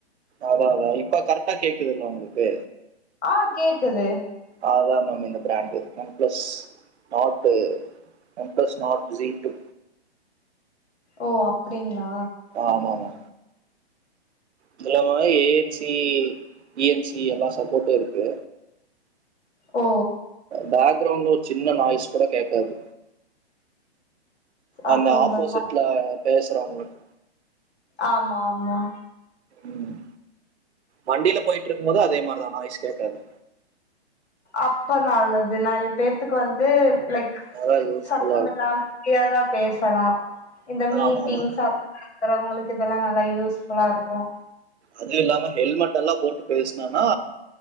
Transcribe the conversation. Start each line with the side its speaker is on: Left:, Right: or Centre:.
Right: அதா அதா இப்ப கரட்டா கேக்குதுல உங்ளுக்கு
Left: அ கேக்குது
Right: அதா மேம் இந்த brand, OnePlus Nord OnePlus Nord ஷி டூ
Left: ஓ அப்டிங்ளா!
Right: ஆமா ஆமா இதுல மா A N C E N C எல்லா சப்போட்டு இருக்கு
Left: ஓ
Right: பேக்ரவுண்னு ஒரு சின்ன நாய்ஸ் கூட கேக்காது
Left: அப்ப
Right: அந்த
Left: உங்களுக்கு
Right: ஆப்போசிட்ல பேச <unintelligible>
Left: ஆமா ஆமா
Right: ம் வண்டில போயிட்ருக்கும் போது அதே மாரிதா நாய்ஸ் கேக்காது
Left: அப்ப நல்லது நெறைய பேத்துக்கு வந்து லைக்
Right: அதான் யூஸ்ஃபுல்லா
Left: சத்த மில்லாம
Right: இருக்கும்
Left: க்ளியரா பேசலா இந்த மீட்டிங்ஸ்
Right: ஆமா ஆமா
Left: <unintelligible> இருக்கறவங்களுக்கு இதெல்லா நல்லா யூஸ்ஃபுல்லா இருக்கு
Right: அது இல்லாம ஹெல்மெட் எல்லா போட்டு பேஸ்னனா